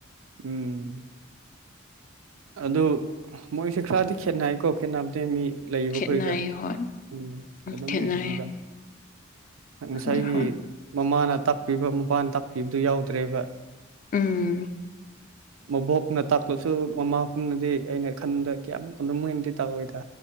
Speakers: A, on the right (about 80°); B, on the left (about 40°).
A: ꯎꯝ ꯑꯗꯨ ꯃꯣꯏꯁꯨꯦ ꯈꯔꯗꯤ ꯈꯦꯠꯅꯩꯀꯣ ꯈꯦꯠꯅꯕꯗ ꯃꯤ ꯂꯩꯕꯈꯣꯏꯒ
B: ꯈꯦꯠꯅꯩ ꯍꯣꯏ
A: ꯎꯝ ꯑꯗꯨꯝ
B: ꯈꯦꯠꯅꯩ
A: ꯌꯦꯡꯕꯖ ꯉꯁꯥꯏꯒꯤ
B: ꯍꯣꯏ ꯍꯣꯏ
A: ꯃꯃꯥꯅ ꯇꯥꯛꯄꯤꯕ ꯃꯄꯥꯅ ꯇꯥꯛꯄꯤꯕꯗꯨ ꯌꯥꯎꯗ ꯇ꯭ꯔꯦꯕ
B: ꯎꯝ
A: ꯃꯕꯣꯛꯅ ꯇꯥꯛꯄꯁꯨ ꯃꯃꯥ ꯄꯨꯝꯅꯗꯤ ꯑꯩꯅ ꯈꯟꯕꯗ ꯀꯌꯥꯃꯨꯛ ꯀꯨꯗ ꯃꯣꯏꯅꯗꯤ ꯇꯥꯛꯔꯑꯣꯏꯗ